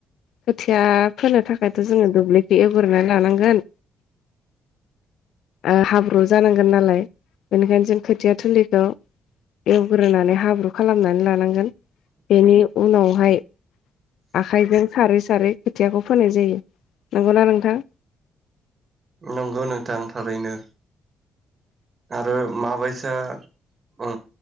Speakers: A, on the left; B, on the right.
A: खोथिया फोनो थाखायथ' जोङो दुब्लिग बे एवग्रोनानै लानांगोन ओ हाब्रु जानांगोन नालाय बेनिखायनो जों खोथिया थोलिखौ एवग्रोनानै हाब्रु खालामनानै लानांगोन। बेनिव उनावहाय आखाइजों सारै सारै खोथियाखौ फोनाय जायो नंगौना नोंथां?
B: नंगौ नोंथां थारैनो। आरो मा बायसा ओ